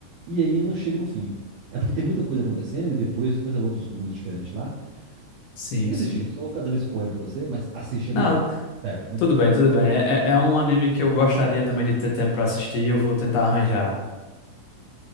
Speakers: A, on the right; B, on the left.
A: e aí não chega no fim. É porque tem muita coisa acontecendo e depois começa outros mundos diferentes lá.
B: Sim,
A: Você tem que assistir.
B: sim.
A: eu Só vou ficar dando spoiler pra você, mas assiste, é
B: Não,
A: muito bom. Sério, é muito
B: tudo
A: bom.
B: bem, tudo bem. É, é é um anime que eu gostaria também de ter tempo pra assistir e eu vou tentar arranjar.